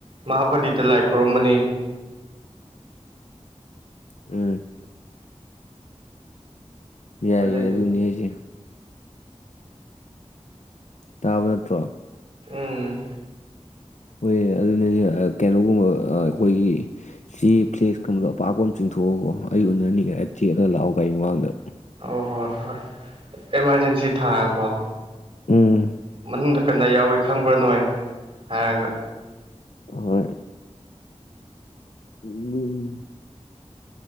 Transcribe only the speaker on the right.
ꯃꯍꯥꯕꯂꯤ ꯗ ꯂꯥꯏ ꯈꯨꯔꯨꯝꯃꯅꯤ
ꯑꯗꯒꯤ
ꯎꯝ
ꯍ ꯍꯣꯏ ꯍꯣꯏ ꯑꯦꯃꯥꯔꯖꯦꯟꯁꯤ ꯊꯥꯔꯒꯀꯣ
ꯃꯅꯨꯡꯗ ꯀꯟꯅ ꯌꯥꯎꯏ ꯈꯪꯕ꯭ꯔꯥ ꯅꯣꯏ ꯍꯥꯏꯔꯒ